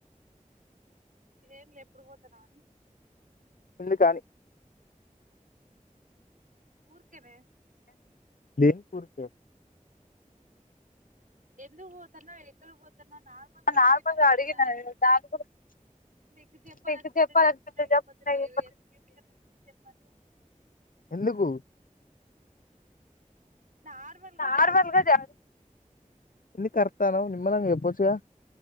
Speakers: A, on the right; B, on the left.
A: ఏం లే ఎప్పుడు పోతానవనీ
B: ఎందుకని
A: ఊర్కనే
B: <unintelligible>
A: ఎందుకు పోతునవ్ ఎక్కడికి పోతునోవ్ నార్మల్ గా అడిగన
B: నార్మల్గా అడిగిన
A: దానిక్ కూడా
B: దాని గురించి
A: నీకు చెప్పాలిఅనిపితే
B: నీకు చెప్పాలనిపిస్తే
A: చెప్పు లేకపోతే
B: లేకపోతే
A: లేదు ఎందుకు ఎందుకంటే నేనేం చెప్పాలి
B: ఎందుకు
A: నార్మల్గా
B: నార్మల్గా
A: జడుగుతున్నా
B: చెప్పు ఎందుకు అరుతునవ్ నిమ్మలంగా చేపచ్చు కదా